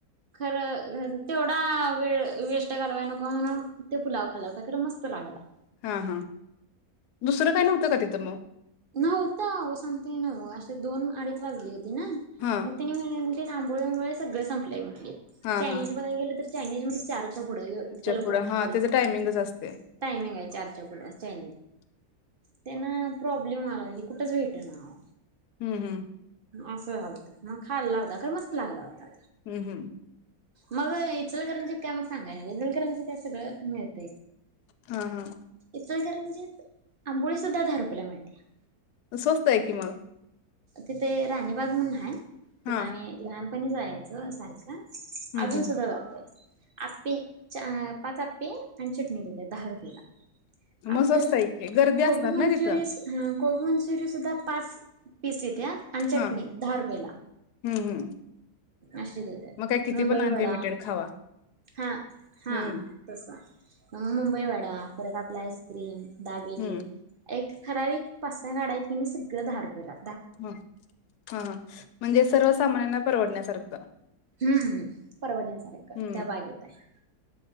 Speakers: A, on the right; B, on the left.
A: खरं तेवढं! थोडा वेळ वेष्ट घालवाय नको, म्हणून ते पुलाव खाल्ला हुता खरं मस्त लागला.
B: हा हा दुसरं काय नव्हतं? का तिथं मग.
A: नव्हतं. आव सांगतोय नव्ह, असे दोन अडीच वाजली होत, ना
B: हां,
A: मग तिने म आंबोळ्या बिंबोळ्या सगळं संपलं म्हटलीत,
B: हां,
A: चायनीज
B: हां.
A: बघायला गेलं, तर चायनीज मध्ये च्या पुढं इतक्या लवकर
B: पुढं
A: आम्ही,
B: हां,
A: करीत
B: त्याचं टायमिंगच
A: नाही.
B: असते.
A: टायमिंग आहे. चारच्या पुढ चा
B: <inaudible>
A: त्यांना प्रॉब्लेम आ लागली कुठंच भेट ना
B: हम्म हम्म
A: असं झालत मग खाल्ला होता ख मस्त लागला होता
B: हम्म हम्म
A: मग इचलकरांचीित काय मग सांगायना इचलकरांच काय सगळं मिळत
B: हां, हां.
A: इचलकरंजी म्हणजे आंबोळी सुद्धा दहा रुपयाला मिळते
B: स्वस्त आहे कि मला
A: तिथे राणीबाग म्हणून आहे तिथे
B: हां,
A: आम्ही लहानपणी जायच सारखं
B: हं,
A: अजून
B: हं.
A: सुद्धा जातय अपे पाच अपे आणि चटणी ले दहा रुपयेला आपलं
B: मग स्वस्त आहे की. गर्दी
A: कोबी
B: असणार
A: मंचुरिय
B: ना तिथं?
A: ह कोबी मंचुरी पण सुद्धदा पाच पिस आहे्या आणि चटणी
B: हां,
A: दहा रुपयेला
B: हं, हं.
A: अशी त
B: मग काय किती
A: मुंबई
B: पण अनलिमिटेड
A: वडा
B: खावा.
A: हा हा
B: हं,
A: तस मग मुंबई वाडा परत आपला आईस्क्रीम दाबेली
B: हं.
A: एक खरा एक पाच सहा गाडा आहेत कणी सगळं दहा रुपये ला
B: ह हा ह म्हणजे सर्व सामान्यांना परवडण्यासारखं
A: हम्म परवण्यासारखं
B: हं,
A: त्या बागेत आहे